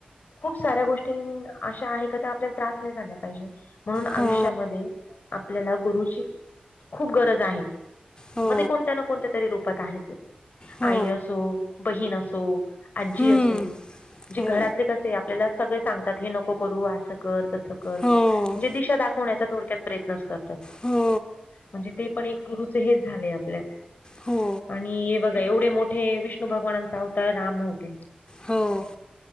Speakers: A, on the left; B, on the left.
A: खूप साऱ्या गोष्टी अशा आहे का त्या आपल्याला त्रास नाही झाला पाहिजे. म्हणून
B: हो
A: आयुष्यामध्ये आपल्याला गुरुजी खूप गरज आहे.
B: हो
A: मग ते कोणत्या न कोणत्या तरी रूपात आहे ते
B: हो
A: आई असो. बहीण असो आजी
B: हम्म,
A: असो. म्हणजे
B: हो
A: घरातले कसे आपल्याला सगळं सांगतात हे नको करू असं कर तसं कर म्हणजे
B: हो
A: दिशा दाखवण्याचा थोडक्यात प्रयत्नच करतात.
B: हो
A: म्हणजे ते पण एक गुरुचं हेच झालंय आप लेफ्ट
B: हो
A: आणि बघा एवढ्या मोठ्या विष्णू भगवानाचे अवतार राम होते.
B: हो.